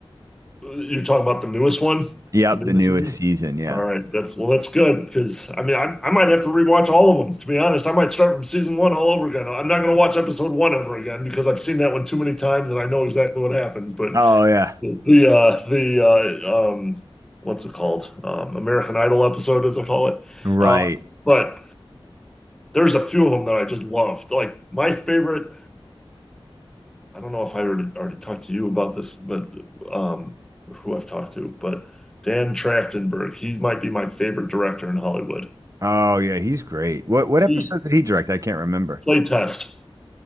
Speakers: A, in the centre; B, on the right.
A: you're talking about the newest one,
B: yep,
A: the newest
B: the newest
A: season?
B: season. Yeah.
A: All right, that's well, that's good because I mean, I, I might have to rewatch all of them. To be honest, I might start from season one all over again. I'm not going to watch episode one ever again because I've seen that one too many times and I know exactly what happens. But
B: Oh, yeah.
A: The uh the uh um what's it called? Um American Idol episode as I call it.
B: Right.
A: Uh but there's a few of them that I just loved. Like my favorite, I don't know if I already already talked to you about this, but um or who I've talked to, but Dan Trachtenberg, he might be my favorite director in Hollywood.
B: Oh, yeah. He's great. What, what
A: He
B: episode did he direct? I can't remember.
A: play test.